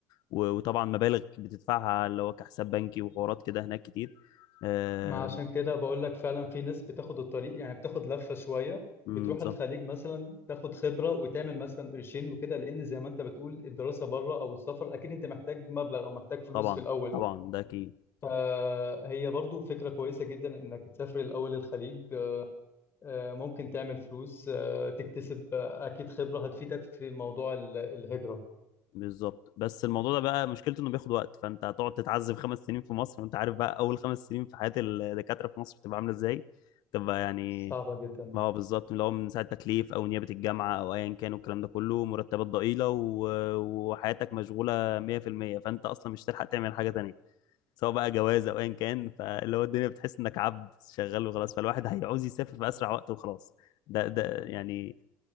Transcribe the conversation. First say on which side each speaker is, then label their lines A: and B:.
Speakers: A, on the left; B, on the left.
A: و... وطبعا مبالغ بتدفعها اللي هو كحساب بنكي وحوارات كده هناك كتير آه،
B: ما عشان كده بقول لك فعلا في ناس بتاخد الطريق يعني بتاخد لفة شوية
A: أمم،
B: بتروح
A: بالظبط
B: الخليج مثلا تاخد خبرة وتعمل مثلا قرشين وكده لان زي ما انت بتقول الدراسة بره او السفر اكيد انت محتاج مبلغ او محتاج فلوس
A: طبعا
B: في الاول
A: طبعا ده أكيد
B: فهي برضو فكرة كويسة جدا إنك تسافر الأول الخليج آه، ممكن تعمل فلوس آه، تكتسب آه، أكيد خبرة هتفيدك في موضوع ال- الهجرة
A: بالظبط بس الموضوع ده بقى مشكلته إنه بياخد وقت فأنت هتقعد تتعذب خمس سنين في مصر وأنت عارف بقى أول خمس سنين في حياة الدكاترة في مصر بتبقى عاملة إزاي تبقى يعني
B: صعبة جدا
A: ما هو بالظبط اللي هو من ساعة تكليف أو نيابة الجامعة أو أيا كان والكلام ده كله مرتبات ضئيلة و... وحياتك مشغولة 100% فأنت أصلا مش هتلحق تعمل حاجة تانية سواء بقى جواز أو أيا كان فاللي هو الدنيا بتحس إنك عبد شغال وخلاص فالواحد هيعوز يسافر في أسرع وقت وخلاص ده ده يعني